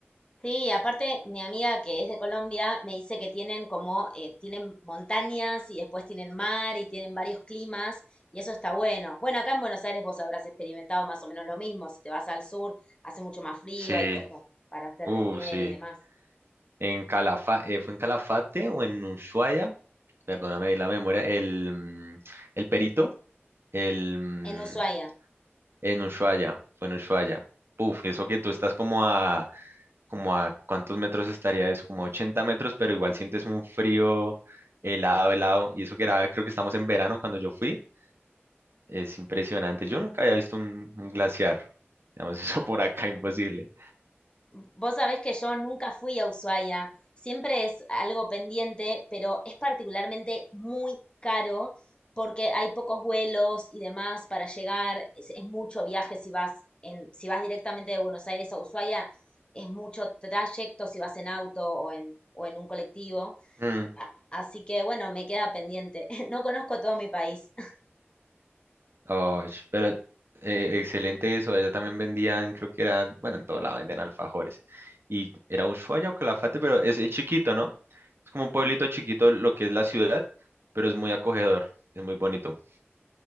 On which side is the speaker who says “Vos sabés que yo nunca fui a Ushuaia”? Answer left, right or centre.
Left